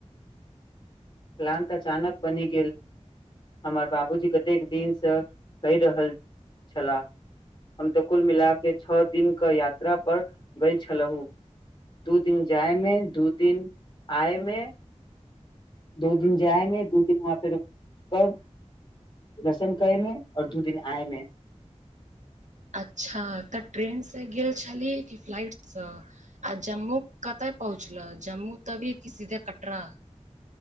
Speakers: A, on the left; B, on the right.
A: प्लान तऽ अचानक बनी गेल। हमर बाबूजी कतेक दिनस कहि रहल छलाह हम तऽ कुल मिला के छओ दिनक के यात्रा पर गय छलहुँ। दू दिन जायमे दू दिन आय मे दू दिन जायमे दू दिन वहाँ पे रुक कर दर्शन करै मे- आओर दू दिन आए मे
B: अच्छा तऽ ट्रेनसँ गेल छलियै कि फ्लाइटसँ, आ जम्मू कते पहुँचलऽ जम्मूतवी की सीधे कटरा।